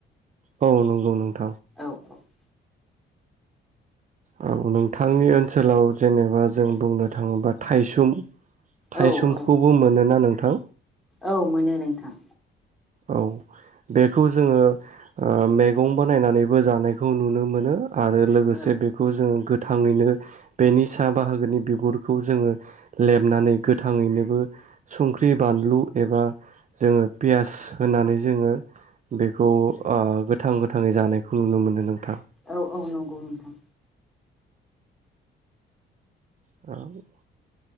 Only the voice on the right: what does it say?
औ नंगौ नंगौ थ
औ नोंथांनि ओनसोलाव जेनेबा जों बुंनो थाङोबा थाइसुम थायसुमखौबो
मोनोना नों थां
औ बेखौ जोङो ओ मैगं बानायनानैबो जानायखौ नुनो मोनो। आरो लोगोसे
बेखौ जोङो गो गोथाङैनो बेनि साहा बाहागोनि बिगुरखौ जोंङो लेमनानै गोथाङैनोबो संख्रि बानलु एबा जोंङो पियास होनानै जोङो बेखौ ओ गोथां गोथाङै जानायखौ नुनो मोनो नोंथां
औ